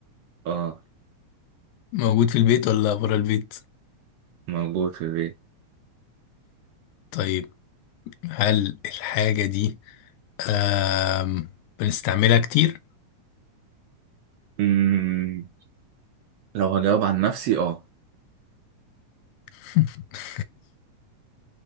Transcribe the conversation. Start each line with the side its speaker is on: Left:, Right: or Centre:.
Right: أه
Left: موجود في البيت ولا بره البيت
Right: موجود في البيت
Left: طيب هل الحاجه دي آم... بنستعملها كتير
Right: مم، لو هجاوب عن نفسي أه
Left: <laughs>